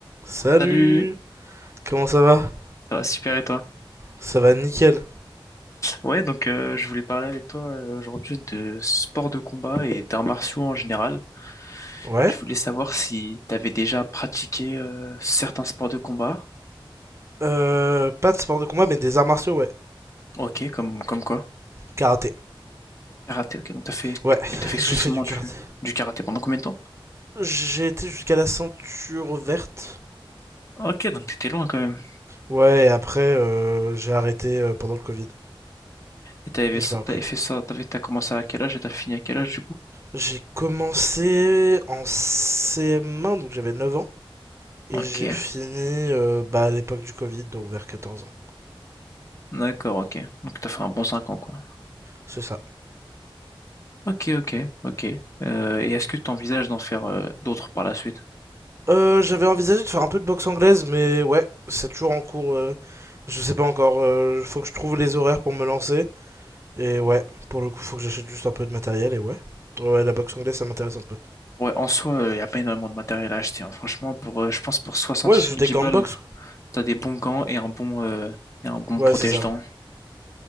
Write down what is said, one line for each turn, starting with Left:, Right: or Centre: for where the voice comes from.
Right: Salut
Left: Salut,
Right: Comment ça va
Left: ça va super et toi?
Right: Ça va nickel.
Left: Ouais, donc euh, je voulais parler avec toi euh, aujourd'hui de sport de combat et d'arts martiaux en général.
Right: Ouais
Left: Je voulais savoir si t'avais déjà pratiqué euh, certains sports de combat.
Right: Euh, pas de sport de combat, mais des arts martiaux, ouais.
Left: Ok, comme comme quoi?
Right: Karaté.
Left: Karaté, ok, donc t'as fait
Right: Ouais,
Left: t'as fait exclusivement
Right: j'ai fait du karaté.
Left: du, du karaté pendant combien de temps?
Right: J'ai été jusqu'à la ceinture verte.
Left: Ok, donc t'étais loin quand même.
Right: Ouais, et après, euh, j'ai arrêté euh, pendant le Covid.
Left: Et t'avais
Right: Et
Left: ça-
Right: j'ai pas repris.
Left: t'avais fait ça, t'avais t'as commencé à quel âge et t'as fini à quel âge du coup?
Right: J'ai commencé en CM1, donc j'avais 9 ans. Et
Left: Ok,
Right: j'ai fini euh, bah, à l'époque du Covid, donc vers 14 ans.
Left: d'accord, ok. Donc t'as fait un bon 5 ans quoi.
Right: C'est ça.
Left: Ok, ok, ok. Euh, et est-ce que tu envisages d'en faire euh, d'autres par la suite?
Right: Euh, j'avais envisagé de faire un peu de boxe anglaise, mais ouais, c'est toujours en cours. euh, je sais pas encore. euh, faut que je trouve les horaires pour me lancer. Et ouais, pour le coup, faut que j'achète juste un peu de matériel. Et ouais, ouais, la boxe anglaise, ça m'intéresse un peu.
Left: Ouais, en soi, il n'y a pas énormément de matériel à acheter. hein. Franchement, pour, euh, je pense pour soixante
Right: Ouais,
Left: soixante-dix
Right: juste des gants
Left: balles,
Right: de boxe.
Left: t'as des bons gants et un bon, euh, et un bon
Right: Ouais,
Left: protège-dents.
Right: c'est ça.